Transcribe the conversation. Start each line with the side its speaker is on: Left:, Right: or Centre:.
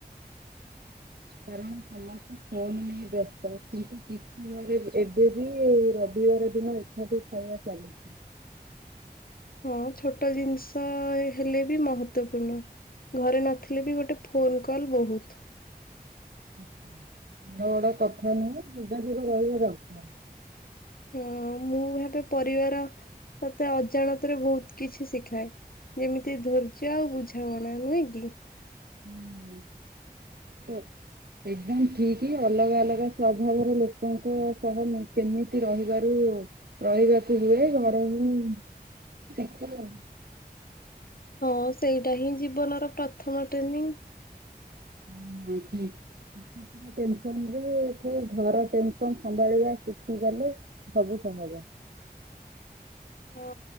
Right: କାରଣ ସମସ୍ତେ ଫୋନ ନେଇ ବ୍ୟସ୍ତ କିନ୍ତୁ କି ଦିନରେ ଏବେ ବି ରବିବାର ଦିନ ଏକାଠି ଖାଇବା ଚାଲିଛି।
Left: ହଁ ଛୋଟ ଜିନିଷ ହେଲେ ବି ମହତ୍ଵପୂର୍ଣ୍ଣ। ଘରେ ନଥିଲେ ବି ଗୋଟେ ଫୋନ୍ କଲ୍ ବହୁତ।
Right: ଆଚ୍ଛା। ବଡ ବଡ କଥା ନୁହେଁ ଯୋଗାଯୋଗ ରହିବା ଦରକାର।
Left: ହଁ ମୁଁ ଭାବେ ପରିବାର ତତେ ଅଜାଣତରେ ବହୁତ କିଛି ଶିଖାଏ। ଯେମିତି ଧୈର୍ଯ୍ୟ ଆଉ ବୁଝାମଣା ନୁହେଁ କି?
Right: ହୁଁ <unintelligible> ଏକଦମ ଠିକ୍ ଅଲଗା ଅଲଗା ସ୍ଵଭାବର ଲୋକଙ୍କ ସହ କେମିତି ରହିବାରୁ ରହିବାକୁ ହୁଏ ଘରମାନଙ୍କ ରୁ ହିଁ ଶିଖିବ।
Left: ହଁ ସେଇଟା ହିଁ ଜୀବନର ପ୍ରଥମ ଟ୍ରେନିଂ।
Right: ହୁଁ ହୁଁ ଠିକ୍। ଦୁନିଆ ଟେନସନରେ ଯିଏ ଘର ଟେନସନ ସମ୍ଭାଳିବା ଶିଖିଗଲେ ସବୁ ସମ୍ଭବ।
Left: ହଁ